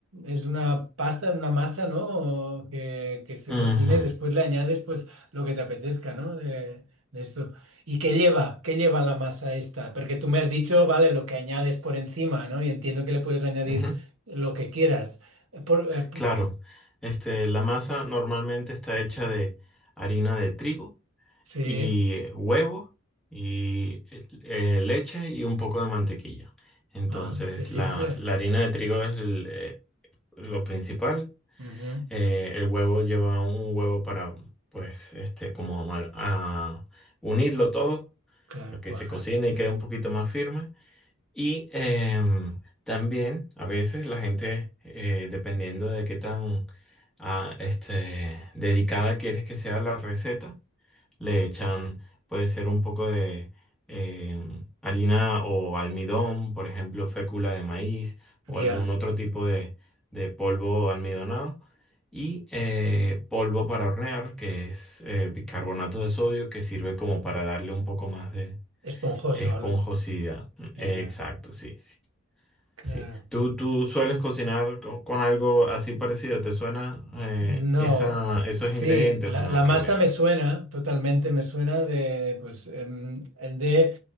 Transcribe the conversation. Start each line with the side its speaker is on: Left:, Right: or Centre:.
Right: es una pasta, una masa, ¿no? O que, que se
Centre: Ujú,
Right: cocina y después le añades pues lo que te apetezca, ¿no? De, de esto. ¿Y qué lleva? ¿Qué lleva la masa esta? Porque tú me has dicho, vale, lo que añades por encima, ¿no? Y entiendo que le puedes añadir
Centre: ujú.
Right: lo que quieras. Eh, por- eh, p-
Centre: Claro, este, la masa normalmente está hecha de harina de trigo
Right: sí,
Centre: y eh, huevo y eh, eh, leche y un poco de mantequilla. Entonces,
Right: ah, qué simple.
Centre: la, la harina de trigo es el, eh, lo principal.
Right: Ujú,
Centre: Eh, el huevo lleva un huevo para, pues, este, como amal- a unirlo todo
Right: Claro,
Centre: para que
Right: cuajar,
Centre: se cocine
Right: sí.
Centre: y quede un poquito más firme. Y em, también a veces la gente, eh, dependiendo de qué tan ah, este, dedicada quieres que sea la receta, le echan, puede ser un poco de em, harina o almidón, por ejemplo, fécula de maíz o
Right: Ya,
Centre: algún otro tipo de, de polvo almidonado. Y eh, polvo para hornear, que es eh, bicarbonato de sodio, que sirve como para darle un poco más de
Right: Esponjoso.
Centre: esponjosidad.
Right: lo- Ya,
Centre: Exacto, sí, sí.
Right: Claro.
Centre: Sí. ¿Tú, tú sueles cocinar co- con, algo así parecido? ¿Te suena eh,
Right: No,
Centre: esa, esos
Right: sí,
Centre: ingredientes
Right: la,
Centre: o nada
Right: la
Centre: que
Right: masa
Centre: ver?
Right: me suena, totalmente me suena de, pues, em, de